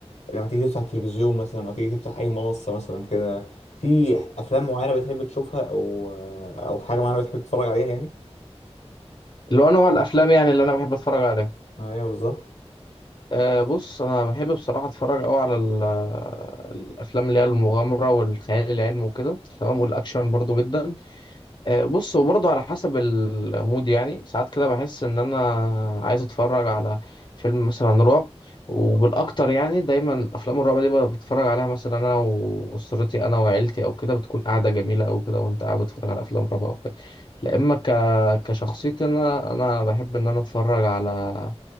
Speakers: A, on the left; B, on the left.
A: لما تيجي تفتح التلفزيون مثلا او تيجي تفتح اي منصة مثلا كده في افلام معينة بتحب تشوفها او او حاجة معينة بتحب تتفرج عليها يعني
B: اللي هو نوع الأفلام يعني اللي أنا بحب أتفرج عليها
A: ايوه بالظبط
B: أه بص أنا بحب بصراحة أتفرج أوي على ال- الأفلام اللي هي المغامرة والخيال العلمي وكده تمام والأكشن برضو جدا آه، بص هو برضه على حسب المود يعني ساعات كده بحس ان انا عايز اتفرج على فيلم مثلا رعب وبالاكتر يعني دايما افلام الرعب دي بقى بتفرج عليها مثلا انا واسرتي انا وعيلتي او كده بتكون قاعده جميله او كده وانت قاعد بتتفرج على افلام رعب او كده لا اما ك... كشخصيتي انا انا بحب ان انا اتفرج على